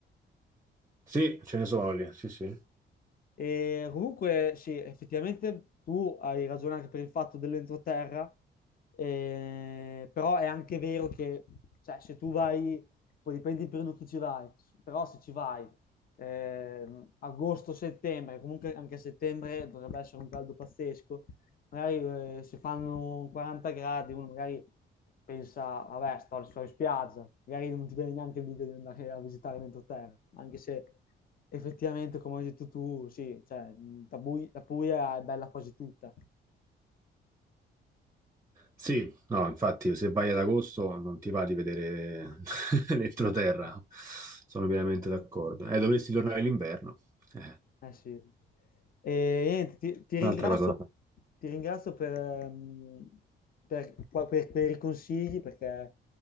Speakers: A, on the right; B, on the left.
A: Sì, ce ne sono lì, sì, sì.
B: E comunque, sì, effettivamente tu hai ragione anche per il fatto dell'entroterra, eh, però è anche vero che, cioè, se tu vai, poi dipende in periodo che ci vai, però se ci vai ehm, agosto-settembre, comunque anche a settembre dovrebbe essere un caldo pazzesco, magari eh, si fanno 40 gradi, uno magari pensa, vabbè, sto, sto in spiaggia, magari non ti viene neanche l'idea di andare a visitare l'entroterra, anche se effettivamente, come hai detto tu, sì, cioè, la, Bui- la Puglia è bella quasi tutta.
A: Sì, no, infatti se vai ad agosto non ti va di vedere <laughs> l'entroterra,
B: Eh,
A: sono pienamente d'accordo. Eh, dovresti tornare l'inverno. Eh,
B: Eh sì. E niente, ti, ti ringrazio,
A: un'altra cosa da fare.
B: ti ringrazio per, ehm, per, qua- per- per i consigli perché